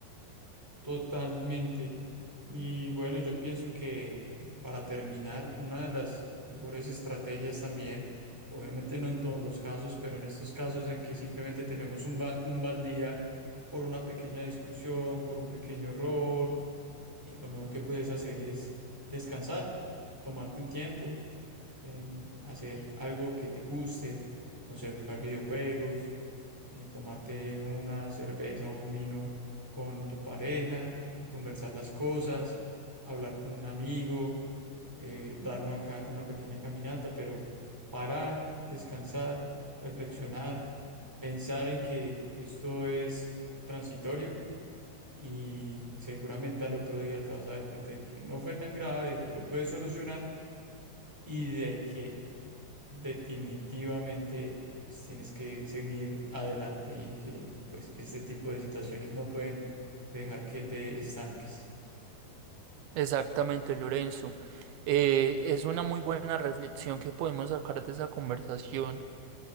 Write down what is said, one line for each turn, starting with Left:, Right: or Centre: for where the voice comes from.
Centre: Totalmente. Y bueno, yo pienso que bueno, para terminar, una de las mejores estrategias también, obviamente no en todos los casos, pero en estos casos en que simplemente tenemos un, ba- un baldía por una pequeña discusión, por un pequeño error, eh, lo mejor que puedes hacer es descansar, tomarte un tiempo, em, hacer algo que te guste, no sé, jugar videojuegos eh, tomarte una cerveza o un vino con tu pareja y conversar las cosas, hablar con un amigo, eh, dar una, ca- una pequeña caminata, pero parar, descansar, reflexionar, pensar en que esto es transitorio y seguramente al otro día te vas a dar cuenta de que no fue tan grave, de que lo puedes solucionar y de que definitivamente eh, pues, tienes que seguir adelante y que pues este tipo de situaciones no pueden dejar que te estanques.
Right: Exactamente, Lorenzo. Eh, es una muy buena reflexión que podemos sacar de esa conversación.